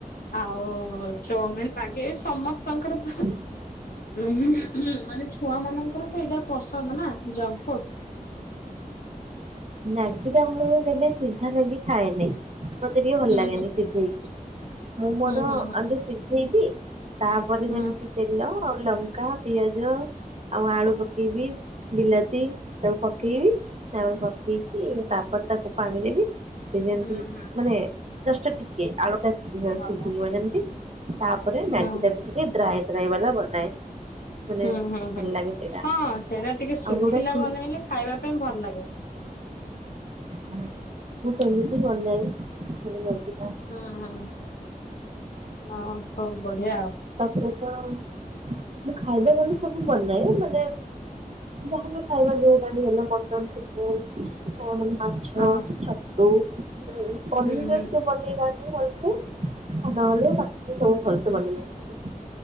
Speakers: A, on the left (about 85°); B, on the right (about 50°).
A: ଆଉ ଚଉମିିନ ମ୍ୟାଗି ସମସ୍ତଙ୍କର ତ
B: ହୁଁ
A: ଉଁ ହୁଁ ମାନେ ଛୁଆ ମାନଙ୍କର ତ ଏଇଟା ପସନ୍ଦ ନା ଜଙ୍କ ଫୁଡ।
B: ମ୍ୟାଗି ଟା ମୁଁ କେବେ ସିଝା ମାଗି ଖାଏନି ମତେ ଟିକେ ଭଲ
A: ହୁଁ
B: ଲାଗେନି
A: ହୁଁ
B: ସିଝେଇକି। ମୁଁ ମୋର
A: ହୁଁ ହୁଁ ହୁଁ
B: ଆଗେ ସିଝେଇବି ତାପରେ
A: ହୁଁ
B: ଯେମିତି ତେଲ ଆଉ ଲଙ୍କା, ପିଆଜ ଆଉ ଆଳୁ ପକେଇବି ବିଲାତି ତାକୁ ପକେଇବି ତାପରେ ପକେଇକି ତାପରେ ତାକୁ ପାଣି ଦେବି ସେ ଯେମିତି
A: ହୁଁ ହୁଁ ହୁଁ
B: ମାନେ ଜଷ୍ଟ ଟିକେ ଆଳୁଟା ସିଝିବ
A: ଭଲ।
B: ସିଝିବଯିବ ଯେମତି ତାପରେ ମ୍ୟାଗି
A: ହୁଁ
B: ଟାକୁ ଟିକେ ଡ୍ରାଇ ଡ୍ରାଇ ବାଲା ବନାଏ। ମାନେ
A: ହୁଁ ହୁଁ ହୁଁ
B: ଭଲ ଲାଗେ ସେଇଟା
A: ହଁ ସେଇଟା ଟିକେ ଶୁଖିଲା
B: ଆଉ ଯୋଉଟା ସି
A: ବନେଇଲେ ଖାଇବା ପାଇଁ ଭଲ ଲାଗେ।
B: ହୁଁ ମୁଁ ସେମିତି ବନାଏ ଭଲ ଲାଗେ।
A: ହଁ ହଁ ହଁ ହଉ ବଢିଆ ଆଉ।
B: ତାପରେ ତ ମୁଁ ଖାଇବା ଫାଇବା ସବୁ ବନାଏ ମାନେ ଯାହା ବି ଖାଇବା ଯୋଉଟା ବି ହେଲା ମଟନ, ଚିକେନ ମାନେ ମାଛ,
A: ହଁ
B: ଛତୁ, ପନିରରେ
A: ହୁଁ ହୁଁ।
B: ଟିକେ ବନେଇ ଜାଣିନି ଭଲସେ, ନହେଲେ ବାକି ସବୁ ଭଲସେ ବନେଇ ଜାଣିଛି।